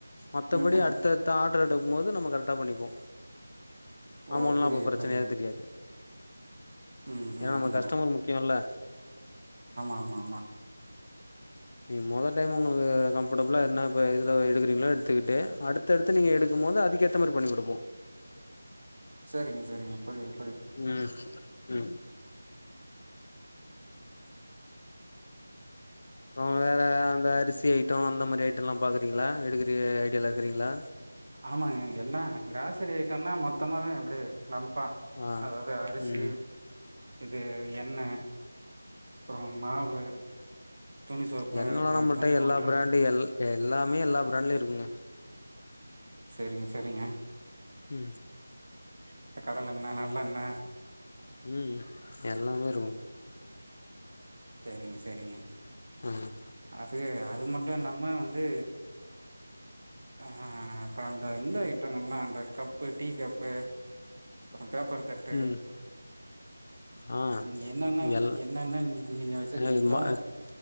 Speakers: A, on the left; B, on the right.
A: மத்தபடி
B: ம் ம்
A: அடுத்தத்த ஆட்ர டௌ மோது நம்ம கரெக்டா பண்ணிப்போ
B: ஓ
A: அமௌன்ட்லா
B: புரியுது
A: அப்ப ப்ரச்சனையா
B: புரியுது
A: தெரியாது
B: ம்
A: ஏனா
B: ம்
A: நம
B: ம்
A: கஸ்டமர் முக்கியோல்ல
B: ஆமாமா
A: நீ மொத டைம் உங்களுக்கு கம்ஃபர்டபிளா என்ன இப்ப இதுல எடுக்றீங்களோ எடுத்துக்குட்டு அடுத் தடுத்து நீங்க
B: ம்
A: எடுக்கும் போது அதிகத் <unintelligible> பண்ணி குடுப்போ
B: சரிங்க சரிங்க புரியிது
A: உம் ம் அப்றோ வேற அந்த அரிசி ஐட்டோ அந்த மாரி ஐட்டோலா பாக்குறீங்களா எடுக்கிற ஐடியால இருக்கிறீங்களா
B: ஆமாங்க இங்க எல்லா கிராசரி ஐட்டம்னா மொத்தமாவே அப்டி லம்ப் ப்பா
A: ஆ
B: அதாவது அரிசி
A: ம்
B: இது எண்ண அப்புறோ மாவு துணி சோப்பு
A: ம்ச் எண்ணெல்லா
B: அப்றோ
A: நமட்ட
B: துணி பவுட்ரு
A: எல்லா பிராண்டு் எல் எல்லாமே எல்லா பிராண்ட்லயு இருக்குங்க
B: சரிங்க சரிங்க
A: உம்
B: இந்த கடலண்ண நல்லண்ண
A: உம் எல்லாமே இருக்கு
B: சரிங்க சரிங்க
A: ம்
B: அது அது மட்டு இல்லாம வந்து ஆ அப்பறோ அந்த எந்த ஐட்டங்கள்லா அ கப்பு டீ கப்பு அப்றோ பேப்பரு தட்டு
A: ம் ஆ
B: நீங்க என்னென்ன
A: எல்
B: என்னென்ன நீங்க வச்சிருக்கீங்களோ
A: <unintelligible>